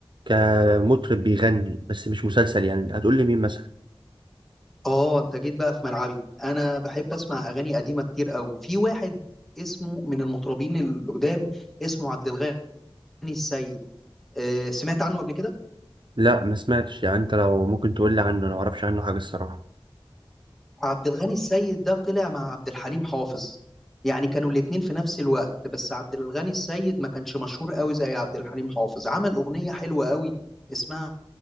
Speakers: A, on the right; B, in the centre.
A: كمطرب بيغني بس مش مسلسل يعني هتقول لي مين مثلا
B: اه انت جيت بقى في ملعبي انا بحب اسمع اغاني قديمة كتير قوي في واحد اسمه من المطربين القدام اسمه عبد الغني السيد آه سمعت عنه قبل كده
A: لا ما سمعتش يعني انت لو ممكن تقول لي عنه انا ما اعرفش عنه حاجة الصراحة
B: عبد الغني السيد ده طلع مع عبد الحليم حافظ يعني كانوا الاتنين في نفس الوقت بس عبد الغني السيد ما كانش مشهور قوي زي عبد الحليم حافظ عمل أغنية حلوة قوي اسمها